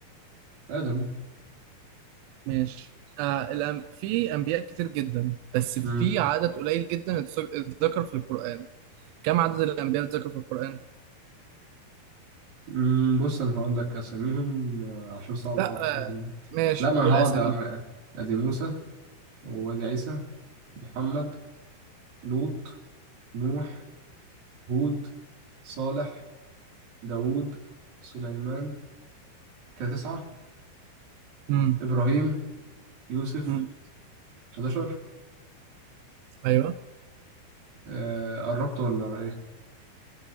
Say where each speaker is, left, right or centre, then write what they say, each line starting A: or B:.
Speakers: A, on the right; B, on the right.
A: آدم
B: ماشي آه الأم... في أنبياء كتير جدا بس في
A: مم.
B: عدد قليل جدا اتس- اتذكر في القرآن كم عدد الأنبياء اللي اتذكروا في القرآن؟
A: مم. بص أنا هقول لك أساميهم آه، عشان صعب
B: لا
A: أوي أحصرهم
B: آه ماشي
A: لا ما
B: قول
A: أنا هقعد
B: أسامي
A: أ- أدي موسى وأدي عيسى محمد لوط نوح هود صالح داوود سليمان كده تسعة
B: امم
A: إبراهيم يوسف
B: امم
A: 11
B: أيوه
A: آه، قربت ولا إيه؟